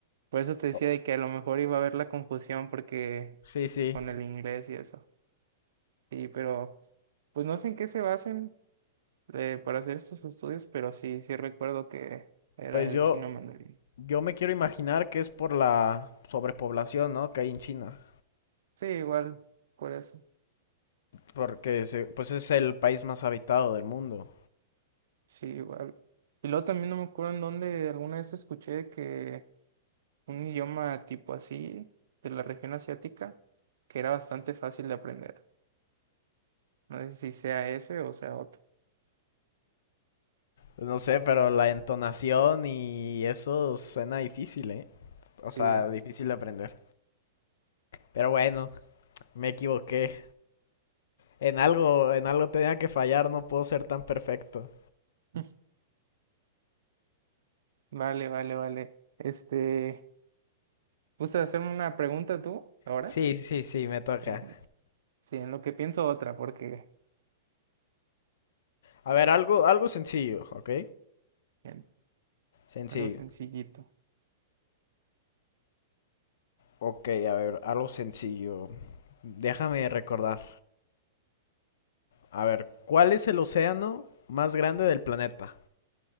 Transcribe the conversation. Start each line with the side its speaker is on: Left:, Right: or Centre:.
Right: Por eso te decía
Left: Oh,
Right: de que a lo mejor iba a haber la confusión porque
Left: Sí, sí.
Right: con el inglés y eso. Sí, pero pues no sé en qué se basen eh, para hacer estos estudios, pero sí, sí recuerdo que era
Left: Pues
Right: el
Left: yo,
Right: chino mandarín.
Left: yo me quiero imaginar que es por la sobrepoblación, ¿no? Que hay en China.
Right: Sí, igual, por eso.
Left: Porque se- pues es el país más habitado del mundo.
Right: Sí, igual. Y luego también no me acuerdo en dónde alguna vez escuché que un idioma tipo así, de la región asiática, que era bastante fácil de aprender. No sé si sea ese o sea otro.
Left: No sé, pero la entonación y eso suena difícil, ¿eh? O sea,
Right: Sí.
Left: difícil de aprender. Pero bueno, me equivoqué. En algo, en algo tenía que fallar, no puedo ser tan perfecto.
Right: <laughs> Vale, vale, vale. Este, ¿gustas hacerme una pregunta tú ahora?
Left: Sí, sí, sí, me toca.
Right: Bien, bien. Sí, en lo que pienso otra, porque
Left: A ver, algo, algo sencillo, ¿ok?
Right: bien,
Left: Sencillo.
Right: algo sencillito.
Left: Ok, a ver, algo sencillo. Déjame recordar. A ver, ¿cuál es el océano más grande del planeta?